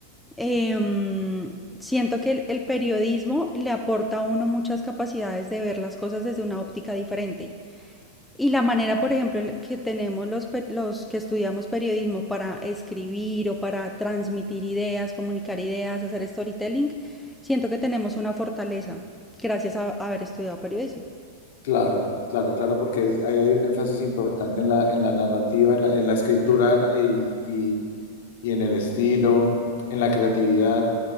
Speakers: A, in the centre; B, on the left.
A: em, siento que el, el periodismo le aporta a uno muchas capacidades de ver las cosas desde una óptica diferente. Y la manera, por ejemplo, en que tenemos los, los que estudiamos periodismo para escribir o para transmitir ideas, comunicar ideas, hacer storytelling, siento que tenemos una fortaleza gracias a haber estudiado periodismo.
B: Claro, claro, claro, porque ahí ahí hay un énfasis importante en la, en la narrativa, en la, en la escritura y, y, y en el estilo, en la creatividad.